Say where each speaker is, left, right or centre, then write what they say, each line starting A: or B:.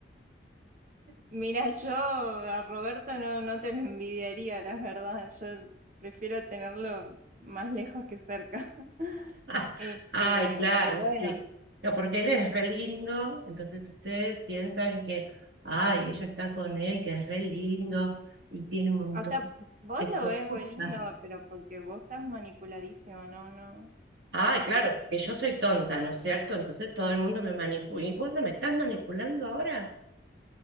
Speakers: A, on the right; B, on the right.
A: Mira, yo a Roberto no, no te lo envidiaría, la verdad. Yo prefiero tenerlo más lejos que cerca. <laughs>
B: <laughs>
A: Este,
B: Ay, claro,
A: pero bueno,
B: sí. No, porque él es re lindo, entonces ustedes piensan que, ay, ella está con él, que es re lindo y tiene un montón
A: o sea, vos
B: de cosas.
A: lo ves re lindo, pero porque vos estás manipuladísima, no, no,
B: Ay, claro, que yo soy tonta, ¿no es cierto? Entonces todo el mundo me manipula. ¿Y vos no me estás manipulando ahora?